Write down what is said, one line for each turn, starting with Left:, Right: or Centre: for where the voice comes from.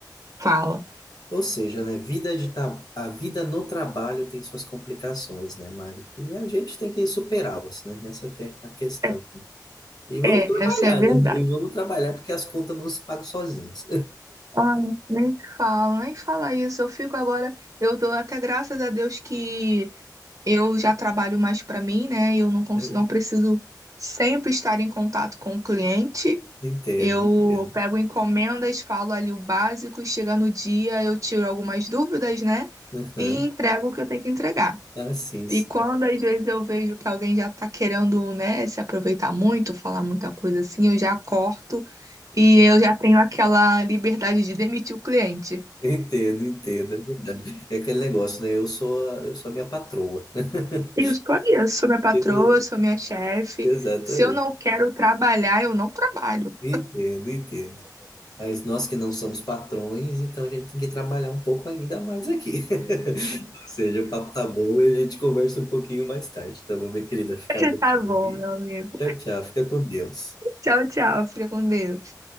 Right: fala.
Left: Ou seja, né, vida de tra- a vida no trabalho tem suas complicações, né, Mari? E a gente tem que superá-las, né? Essa que é a questão.
Right: É,
Left: E vamos
Right: é,
Left: trabalhar,
Right: essa é a verdade.
Left: né? E vamos trabalhar porque as contas não se pagam sozinhas.
Right: Ah, nem fala, nem fala isso. Eu fico agora, eu dou até graças a Deus que eu já trabalho mais para mim, né? Eu não, cons-
Left: <laughs>
Right: não preciso sempre estar em contato com o cliente.
Left: Entendo,
Right: Eu
Left: entendo.
Right: pego encomendas, falo ali o básico, e chega no dia, eu tiro algumas dúvidas, né?
Left: Aham.
Right: E entrego o que eu tenho que entregar.
Left: Ah, sim,
Right: E
Left: sim.
Right: quando às vezes eu vejo que alguém já tá querendo, né, se aproveitar muito, falar muita coisa assim, eu já corto e eu já tenho aquela liberdade de demitir o cliente.
Left: Entendo, entendo. É verdade. É aquele negócio, né? Eu sou, a- eu sou a minha patroa. <laughs>
Right: Isso aí, eu sou minha patroa,
Left: Ex-
Right: eu sou minha chefe.
Left: Exatamente.
Right: Se eu não quero trabalhar, eu não trabalho.
Left: Entendo, entendo. Mas nós que não somos patrões, então a gente tem que trabalhar um pouco ainda mais aqui. <laughs> Ou seja, o papo tá bom e a gente conversa um pouquinho mais tarde, tá bom, minha querida? Fica
Right: <laughs>
Left: bem
Right: Tá bom,
Left: aí.
Right: meu amigo.
Left: Tchau, tchau. Fica com Deus.
Right: Tchau, tchau. Fica com Deus.